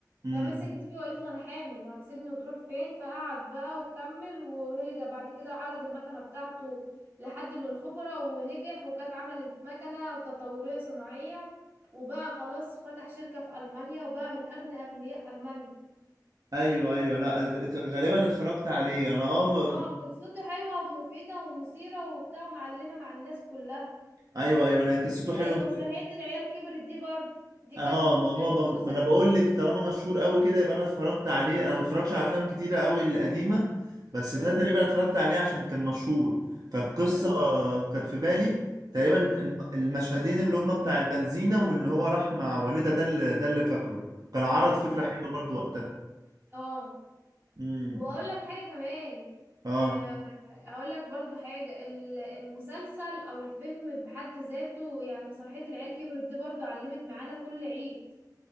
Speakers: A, on the right; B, on the right.
A: امم
B: فمسكت فيه وقالت له أنا حامل هتسيبني وتروح فين فقعد بقى وكمل وهلجة بعد كده عرض المكنة بتاعته لحد من الخبراء ونجح وكانت عملت مكنة تطورية صناعية وبقى خلاص فتح شركة في ألمانيا وبقى من أغنى أغنياء ألمانيا
A: ايوه ايوه لا ات- غالبا اتفرجت عليه انا اه م-
B: اه قصته حلوة ومفيدة ومثيرة وبتاع ومعلمة مع الناس كلها
A: ايوه ايوه لا قصته حلوه
B: أي مسرحية العيال كبرت دي برضو دي
A: اه
B: كانت
A: ما هو ب...
B: مسلسل
A: ما انا بقول لك طالما مشهور قوي كده يبقى انا اتفرجت عليه انا ما بتفرجش على افلام كتيره قوي القديمه بس
B: بص
A: ده تقريبا اتفرجت عليه عشان كان مشهور فالقصه
B: امم
A: كانت في بالي تقريبا الم- المشهدين اللي هم بتاع البنزينه واللي هو راح مع والده ده اللي ده اللي فاكره كان عرض فكره
B: اه
A: حلوه برضو وقتها
B: اه
A: امم
B: واقول لك حاجه كمان
A: اه
B: آه، اقول لك برضو حاجه ال- المسلسل او الفيلم بحد ذاته يعني مسرحيه العيال كبرت دي برضو علمت معانا كل عيد